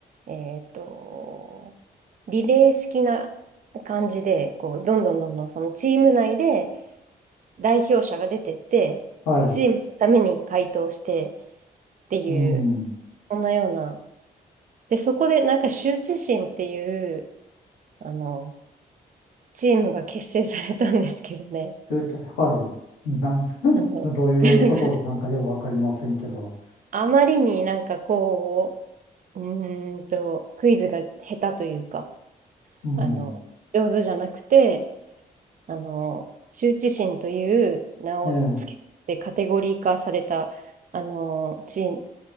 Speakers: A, on the right; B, on the left.
A: う、えっと、リレー式な感じで、こう、どんどんどんどんそのチーム内で代表者が出てって、
B: はい。
A: チームのために回答してっていう、
B: うん。
A: そんなような。で、そこでなんか羞恥心っていう、あの、チームが結成されたんですけどね。
B: ちょいとはい。なん、
A: あの、
B: <laughs> どういうことなんかようわかりませんけど。
A: <laughs> あまりになんかこう、うーんと、クイズが下手というか、
B: うん。
A: あの、上手じゃなくて、あの、羞恥心という名をつけてカテゴリー化された、
B: ええ、
A: あの、チーム、